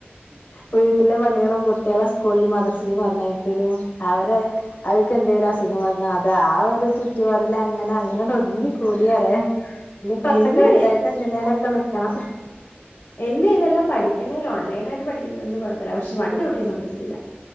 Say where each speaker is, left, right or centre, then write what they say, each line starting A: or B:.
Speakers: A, on the left; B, on the left.
A: വീട്ടിലെ പണികളും കുട്ട്യേളെ സ്കൂളില്ലും മദ്രറസിലും പറഞ്ഞയ ഉം അവരെ അവര്കെന്തേലും അസ് സുഖം വന്ന അത ആ ഒരു ചുറ്റുപാടിൽ അങ്ങനെ അങ്ങനെ ട്ട് ഒതുങ്ങി കൂടിറയ. ഇനി കുറച്ചൊക്കെ
B: എന്നെ
A: വെൽതായിട്ട് എന്തിനേലൊക്കെ നക്കണം.
B: എന്നെ ഇതെല്ലാം പഠിക്കുന്നേൽ ഓൺലൈനായിട്ട് പഠിക്ന്നെലൊന്നും കൊഴപ്പല്ല പക്ഷെ വണ്ടി ഓട്ടിയ്കാ സമ്മയ്ക്കില. <inaudible>